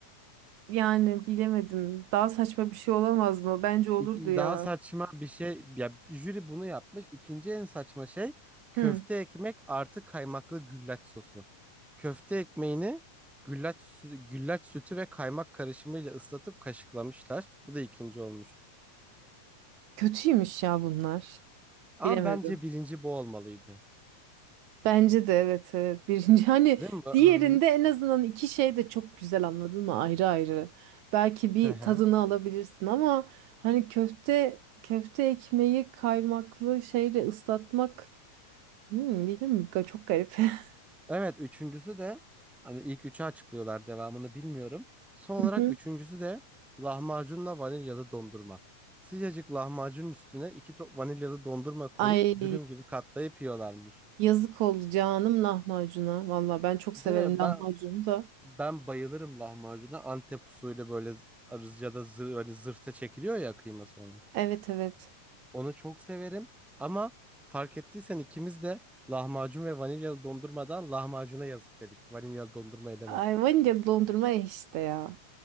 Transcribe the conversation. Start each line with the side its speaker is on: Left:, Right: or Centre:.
Right: Yani bilemedim. Daha saçma bir şey olamaz mı? Bence olurdu
Centre: İ-
Right: ya.
Centre: Daha saçma bir şey ya jüri bunu yapmış. İkinci en saçma şey köfte
Right: Hı.
Centre: ekmek artı kaymaklı güllaç sosu. Köfte ekmeğini güllaç sü- güllaç sütü ve kaymak karışımıyla ıslatıp kaşıklamışlar. Bu da ikinci olmuş.
Right: Kötüymüş ya bunlar.
Centre: Ama
Right: Bilemedim.
Centre: bence birinci bu olmalıydı.
Right: Bence de evet evet. Birinci <laughs> hani
Centre: Değil mi? bu? Hı
Right: diğerinde
Centre: hı.
Right: en azından iki şey de çok güzel anladın mı? Ayrı ayrı. Belki bir
Centre: Hı hı.
Right: tadını alabilirsin ama hani köfte köfte ekmeği kaymaklı şeyle ıslatmak Hmm, bilmiyorum. Ga- Çok garip. <laughs>
Centre: Evet üçüncüsü de hani ilk üçü açıklıyorlar devamını bilmiyorum. Son olarak
Right: Hı hı.
Centre: üçüncüsü de lahmacunla vanilyalı dondurma. Sıcacık lahmacunun üstüne iki top vanilyalı dondurma koyup
Right: Ay
Centre: dürüm gibi katlayıp yiyorlarmış.
Right: yazık oldu canım lahmacuna. Valla ben çok
Centre: Değil
Right: severim
Centre: mi?
Right: lahmacunu
Centre: Ben
Right: da.
Centre: ben bayılırım lahmacuna. Antep usulü böyle z- arız ya da zır, hani zırhta çekiliyor ya kıyması onun.
Right: Evet evet.
Centre: Onu çok severim ama fark ettiysen ikimiz de lahmacun ve vanilyalı dondurmadan lahmacuna yazık dedik. Vanilyalı dondurma edemedik.
Right: Ay vanilya dondurma eh işte ya.